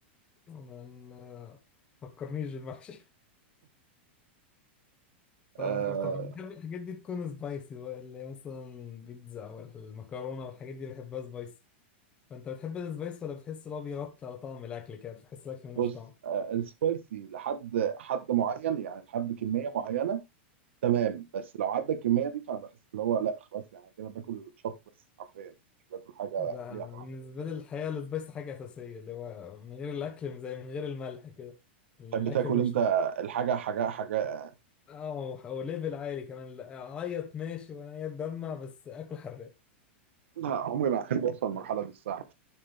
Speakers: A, on the left (about 15°); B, on the right (about 85°).
A: ما فكرنيش بالمحشي طب
B: آه...
A: طب أنا <laughs> بحب الحاجات دي تكون سبايسي بقى اللي هي مثلا البيتزا او المكرونه والحاجات دي بحبها سبايسي فانت بتحب السبايس ولا بتحس ان هو بيغطي على طعم الاكل كده بتحس الاكل ملوش
B: بص
A: طعم
B: آه... السبايسي لحد حد معين يعني لحد كميه معينه تمام بس لو عدى الكميه دي فانا بحس اللي هو لا خلاص يعني كده باكل شط بس حرفيا مش باكل حاجه
A: لا
B: ليها
A: أنا
B: طعم
A: بالنسبه لي الحقيقه السبايسي حاجه اساسيه اللي هو من غير الاكل زي من غير الملح كده الاكل
B: تحب تاكل
A: ملوش
B: انت
A: طعم
B: الحاجه حاجه حاجه
A: اه وليفل عالي كمان لا، اعيط ماشي وانا اتدمع بس اكل حراق
B: لا عمري ما احب اوصل للمرحله دي الصراحه